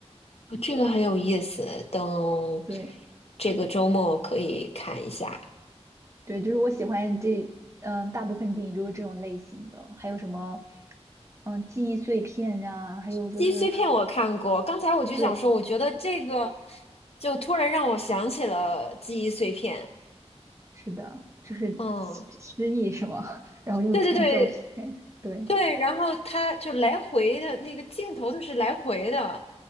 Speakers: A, on the left (about 65°); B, on the right (about 25°).
A: 哦这个很有意思，等
B: 对
A: 这个周末可以看一下。
B: 对，就是我喜欢这，嗯，大部分电影都是这种类型的，还有什么，嗯，记忆碎片呀、还有就是，
A: 记忆碎片我看过，刚才我就想说，
B: 对，
A: 我觉得这个就突然让我想起了记忆碎片。
B: 是的，就是失失忆是吗？
A: 嗯，
B: <laughs> 然后又看照片，
A: 对对对
B: 对
A: 对，然后他就来回的那个镜头，它是来回的。